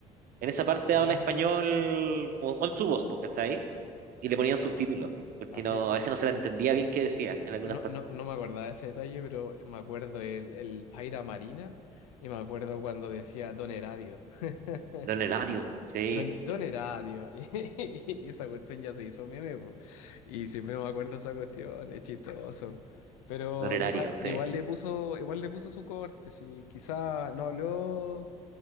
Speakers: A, on the right; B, on the left.
A: en esa parte
B: Ah.
A: habla español con, con su voz, porque está ahí y le ponían subtítulos, porque
B: Así.
A: no, a veces no se la entendía bien qué decía en algunas
B: No,
A: partes.
B: no, no me acordaba de ese detalle, pero me acuerdo el, el Paira Marina y me acuerdo cuando decía Don Eradio. <laughs>
A: Don Elario, sí,
B: Don, Don Eradio. <laughs> Y esa cuestión ya se hizo meme, po. Y siempre me acuerdo de esa cuestión, es chistoso. Pero
A: Don Elario,
B: igual,
A: sí.
B: igual le puso, igual le puso su corte, sí. Quizá no habló,